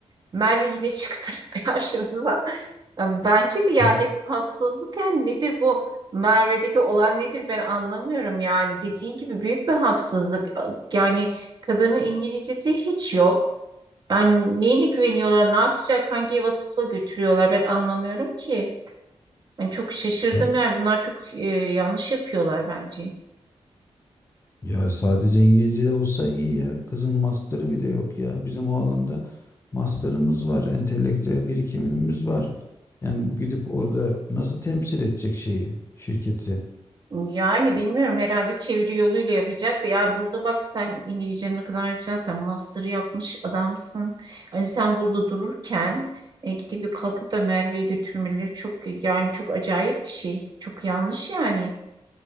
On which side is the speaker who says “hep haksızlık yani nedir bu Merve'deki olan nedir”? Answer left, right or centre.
Right